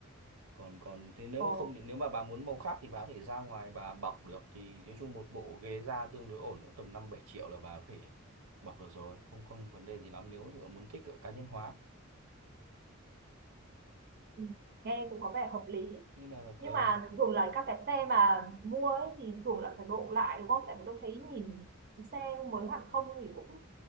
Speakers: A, on the right; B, on the right.
A: còn còn thế nếu
B: Ồ,
A: mà không thì nếu mà bà muốn màu khác thì bà có thể ra ngoài bà bọc được thì nói chung một bộ ghế da tương đối ổn cũng tầm năm bảy triệu là bà có thể bọc được rồi không không vấn đề gì lắm nếu mà muốn thích ở cá nhân hóa
B: ừ, nghe cũng có vẻ hợp lý.
A: thế là ờ,
B: Nhưng mà thường là các cái xe mà mua ấy thì thường là phải độ lại đúng không? Tại vì tôi thấy nhìn xe mới hẳn không thì cũng